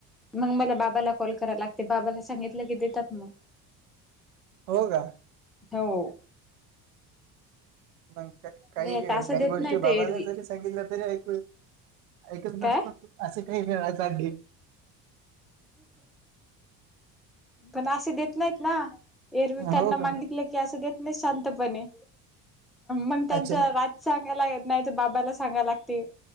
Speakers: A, in the centre; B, on the right.
A: मग मला बाबाला कॉल करा लागते बाबाला सांगितलं की देतात मग.
B: हो का?
A: हो.
B: मंग का
A: नाही
B: काही
A: आता असं
B: काही
A: देत
B: गोष्टी
A: नाही ते
B: बाबाला
A: एरवी
B: जरी <unintelligible> तरी ऐकू ऐकत
A: काय
B: नसतं असं काही मिळायचं अं. डींग
A: पण अशी देत नाहीत ना एरवी त्यांना
B: हो
A: मागितलं
B: का
A: की असं देत नाही शांतपणे. मग त्यांच
B: अच्छा
A: राज सांगायला येत नाही तर बाबाला सांगायला लागते